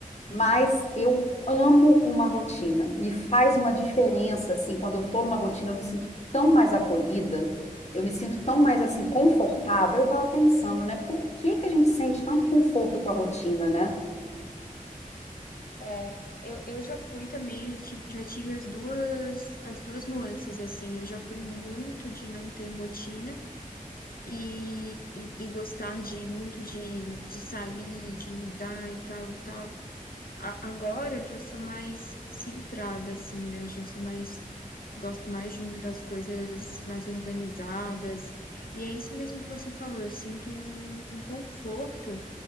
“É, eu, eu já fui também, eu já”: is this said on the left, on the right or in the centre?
Left